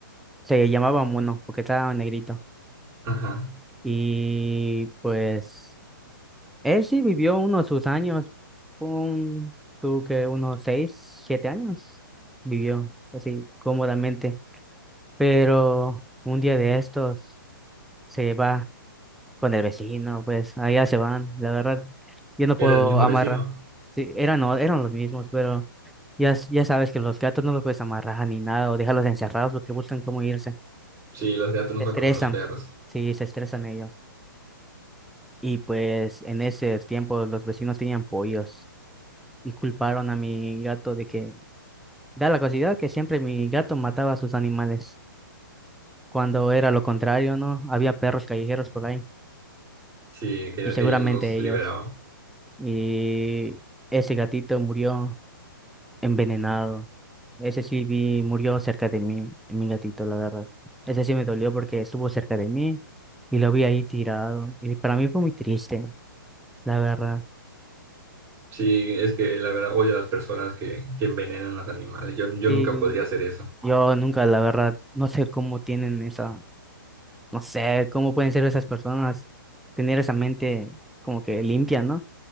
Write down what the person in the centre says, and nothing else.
se llamaba Mono, porque estaba negrito.
Y pues Él sí vivió unos sus años, un, tú que unos seis, siete años vivió así cómodamente, pero un día de estos se va con el vecino, pues allá se van, la verdad, yo no
puedo
amarrar,
sí, eran, o- eran los mismos, pero ya, s- ya sabes que los gatos no los puedes amarrar ni nada o dejarlos encerrados porque buscan cómo irse,
se
estresan,
sí, se estresan ellos, y pues en ese tiempo los vecinos tenían pollos. y culparon a mi gato de que da la casualidad que siempre mi gato mataba a sus animales, cuando era lo contrario, ¿no? Había perros callejeros por ahí
y seguramente
ellos.
Y ese gatito murió envenenado. Ese sí vi, murió cerca de mí, mi gatito, la verdad. Ese sí me dolió porque estuvo cerca de mí y lo vi ahí tirado. Y para mí fue muy triste, la verdad.
Sí,
yo nunca, la verdad, no sé cómo tienen esa No sé cómo pueden ser esas personas, tener esa mente como que limpia, ¿no?